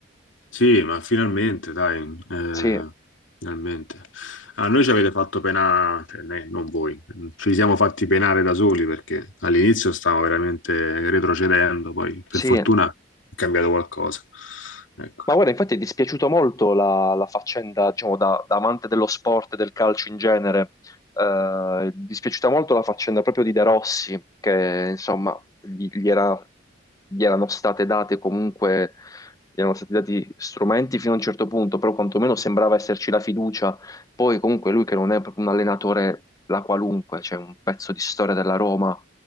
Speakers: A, on the left (about 80°); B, on the left (about 20°).
A: Sì, ma finalmente, dai, eh,
B: Sì,
A: finalmente. A noi ci avete fatto penare, cioè, ne- non voi, ci siamo fatti penare da soli perché all'inizio stavamo veramente retrocedendo, poi per
B: sì.
A: fortuna è cambiato qualcosa. Ecco.
B: Ma guarda, infatti è dispiaciuto molto la, la faccenda, diciamo, da, da amante dello sport e del calcio in genere, eh, è dispiaciuta molto la faccenda proprio di De Rossi, che insomma gli, gli era- gli erano state date comunque, gli erano stati dati strumenti fino a un certo punto, però quantomeno sembrava esserci la fiducia. Poi comunque lui che non è proprio un allenatore la qualunque, c'è un pezzo di storia della Roma